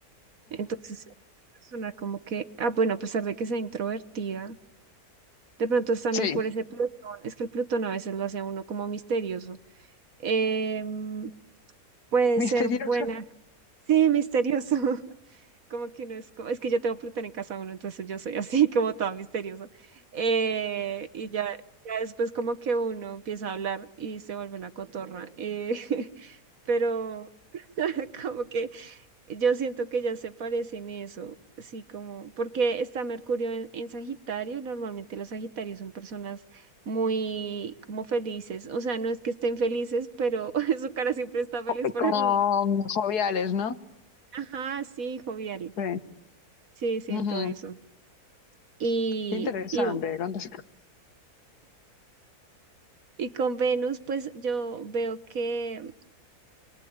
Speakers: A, on the right; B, on the left.
A: Entonces, es una persona como que, ah, bueno, a pesar de que sea introvertida, de pronto es también
B: Sí,
A: por ese Plutón, es que el Plutón a veces lo hace a uno como misterioso. Em, puede
B: misteriosos
A: ser buena, sí, misterioso. <laughs> como que no es como, es que yo tengo Plutón en casa uno, entonces yo soy así <laughs> como toda misteriosa. Eh, y ya, ya después como que uno empieza a hablar y se vuelve una cotorra. eh, <laughs> pero <laughs> como que yo siento que ya se parecen eso, sí, como, porque está Mercurio en, en Sagitario, y normalmente los Sagitarios son personas muy como felices, o sea, no es que estén felices, pero <laughs> su cara siempre está feliz
B: <laughs>
A: por
B: como
A: algún motivo.
B: joviales, ¿no?
A: Ajá, sí, jovial,
B: Sí.
A: sí, siento
B: Ujú.
A: eso. Y,
B: Qué interesante.
A: y,
B: cuántas-
A: y con Venus, pues yo veo que